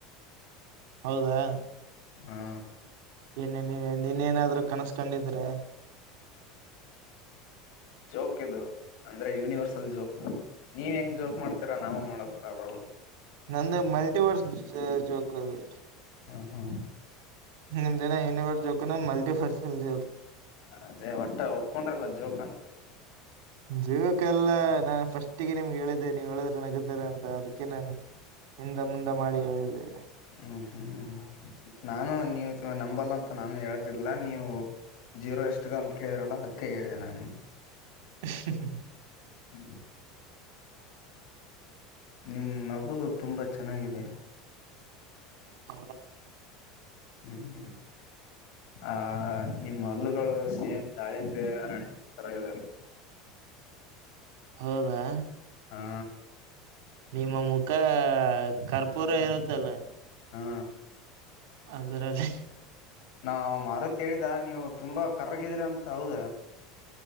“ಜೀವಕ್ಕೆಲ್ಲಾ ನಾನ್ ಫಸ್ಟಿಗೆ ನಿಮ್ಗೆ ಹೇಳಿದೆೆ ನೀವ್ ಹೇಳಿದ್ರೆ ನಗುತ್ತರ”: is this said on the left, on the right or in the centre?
Right